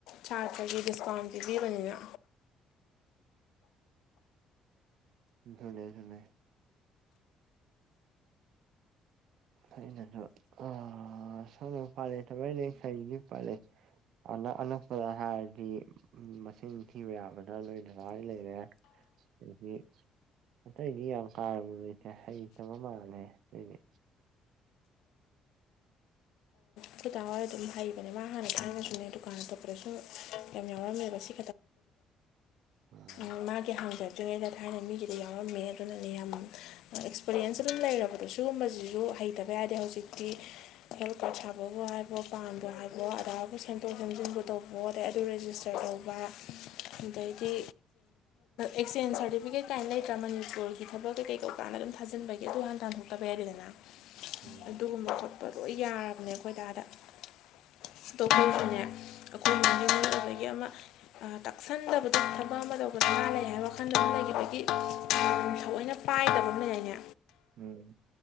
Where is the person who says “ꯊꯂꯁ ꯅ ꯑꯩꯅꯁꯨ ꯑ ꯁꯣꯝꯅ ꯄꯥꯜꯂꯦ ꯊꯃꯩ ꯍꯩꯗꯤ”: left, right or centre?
Right